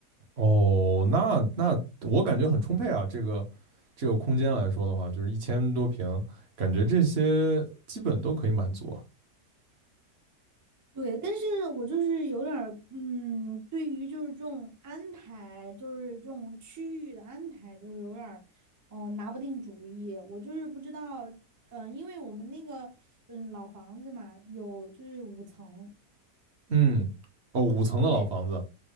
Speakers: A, on the right; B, on the right.
A: 哦，那那我感觉很充沛啊，这个这个空间来说的话，就是一千多平，感觉这些基本都可以满足啊
B: 对，但是我就是有点儿，嗯，对于就是这种安排，就是这种区域的安排，就是有点儿，嗯，拿不定主意。我就是不知道，嗯、因为我们那个，嗯，老房子嘛，有就是五层，
A: 嗯，哦，五层的老房子，
B: 对